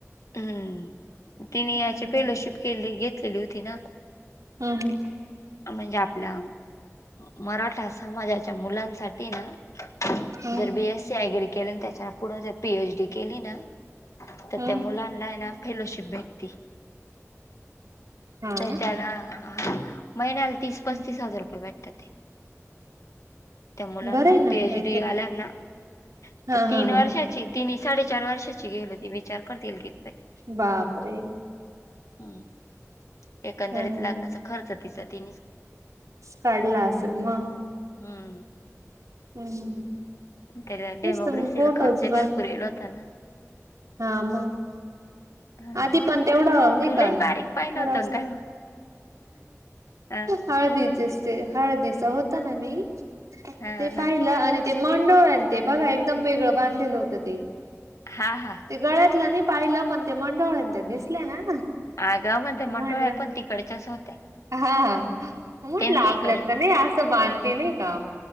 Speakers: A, on the left; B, on the right.
A: हूं तिने याची
B: हम्म
A: फेलोशिप केली, घेतलेली होती ना.
B: हूं हूं!
A: म्हणजे आपल्या मराठा समाजाच्या मुलांसाठी ना
B: हम्म
A: जर बी एस सी ऍग्री केल, न त्याच्या पुढ जर पी एच डी केली ना त
B: हम्म
A: त्या मुलांनलाहे ना फेलोशिप भेटती.
B: हा
A: त
B: ना
A: त्याला हा महिन्याला तीस
B: हम्म.
A: पस्तीस हजार रुपये भेटतात ते. त्या मुलांना
B: बरं आहे ना
A: पी
B: काहीतरी
A: एच डी वाल्यानां
B: हा
A: त तीन
B: हा हा
A: वर्षाची तीनी साडेचार वर्षाची घेल होती, विचार कर तील कि
B: बापरे!
A: हम्म एकंदरीत
B: हा हा
A: लाग्नाचा खर्च तिचा ती
B: काढला असेल म
A: हूं!
B: हम्म.
A: त्याला
B: तेच
A: डेमोग्रेसीला
B: तर मग फोटोज
A: खर्चही भरपूर
B: पण
A: येल होता ना.
B: हा मंग.
A: ह
B: आधी पण तेवढं नही
A: तु लईच
B: का,
A: बारीक पाहिलं
B: करावच
A: होतं ना
B: लाग
A: काय मग अ
B: हळदीचेस ते हळदीचा होता ना मी.
A: हा
B: ते
A: हा
B: पाहिलं, आणि ते मांडोळ्या न ते बघा एकदम वेगळं बांधलेलं होतं ते
A: हा हा!
B: ते गळ्यातलं नही पाहिलं, पण ते मंडोळ्या न ते दिसल्या ना.
A: आगं म ते
B: म्हटलं
A: मंडोळ्या पण तिकडच्याच होत्या.
B: हा हा! म्हटलं
A: त्यांनी
B: आपल्यात
A: इकडे
B: त नही आसं बांधती नही का